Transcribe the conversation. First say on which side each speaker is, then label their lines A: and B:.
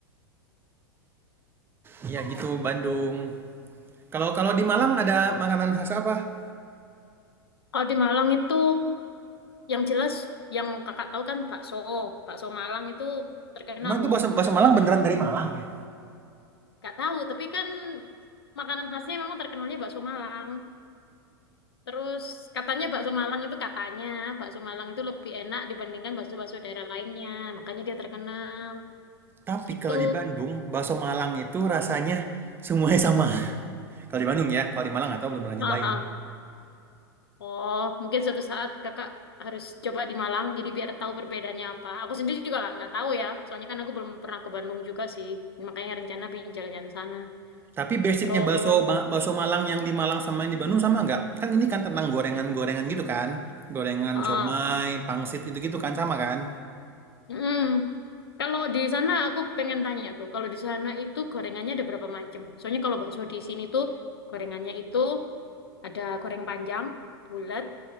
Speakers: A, on the right; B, on the left.
A: Ya gitu Bandung. Kalau kalau di Malang ada makanan khas apa?
B: Kalau di Malang itu yang jelas yang kakak tahu kan bakso. Bakso Malang itu terkenal
A: Emang itu
B: loh
A: bakso
B: di
A: bakso
B: mana-mana.
A: Malang beneran dari Malang ya?
B: Gak tahu, tapi kan makanan khasnya memang terkenalnya bakso Malang. Terus katanya bakso Malang itu katanya bakso Malang itu lebih enak dibandingkan bakso-bakso daerah lainnya. Makanya dia terkenal.
A: Tapi
B: Gitu.
A: kalau di Bandung, bakso Malang itu rasanya semuanya sama. <laughs> Kalau di Bandung ya, kalau di Malang nggak tahu belum pernah
B: Nah,
A: nyobain.
B: Oh, mungkin suatu saat kakak harus coba di Malang, jadi biar tahu perbedaannya apa. Aku sendiri juga nggak nggak tahu ya, soalnya kan aku belum pernah ke Bandung juga sih. Makanya rencana pengen jalan-jalan sana.
A: Tapi basicnya
B: Terus,
A: bakso bakso Malang yang di Malang sama yang di Bandung sama nggak? Kan ini kan tentang gorengan-gorengan gitu kan, gorengan
B: ah,
A: comai, pangsit gitu-gitu kan sama kan?
B: mm, kalau di sana aku pengen tanya tuh, kalau di sana itu gorengannya ada berapa macam? Soalnya kalau bakso di sini tuh gorengannya itu ada goreng panjang, bulat,